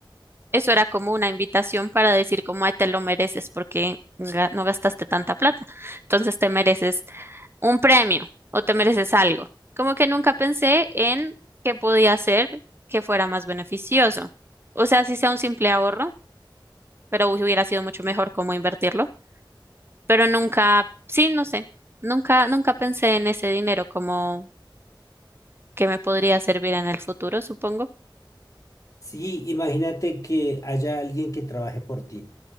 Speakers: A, on the right; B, on the left.
A: eso era como una invitación para decir como, ay, te lo mereces porque ga- no gastaste tanta plata. Entonces te mereces un premio o te mereces algo. Como que nunca pensé en qué podía hacer que fuera más beneficioso. O sea, si sea un simple ahorro. pero hubiera sido mucho mejor cómo invertirlo. Pero nunca, sí, no sé, nunca, nunca pensé en ese dinero como que me podría servir en el futuro, supongo.
B: Sí, imagínate que haya alguien que trabaje por ti,